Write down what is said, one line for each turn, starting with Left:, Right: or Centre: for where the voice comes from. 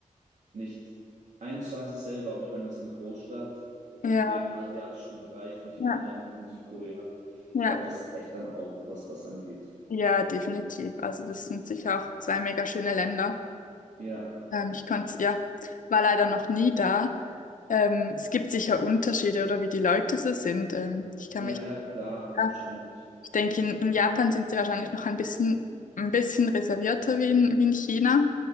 Right: nicht eins zu eins dasselbe, aber ich meine, das ist eine Großstadt
Left: Ja,
Right: in dem asiatischen Bereich und ich
Left: ja,
Right: bin dann ja noch in Südkorea.
Left: ja.
Right: Ich glaube, das reicht dann auch, was das angeht.
Left: Ja, definitiv. Also das sind sicher auch zwei mega schöne Länder.
Right: Ja,
Left: Ähm, ich konnte, ja, war leider noch nie da. Ähm, es gibt sicher Unterschiede oder wie die Leute so sind. Ähm, ich kann
Right: ja,
Left: mich,
Right: ja, klar,
Left: ja,
Right: wahrscheinlich.
Left: ich denke, in, in Japan sind sie wahrscheinlich noch ein bisschen, ein bisschen reservierter wie in, wie in China.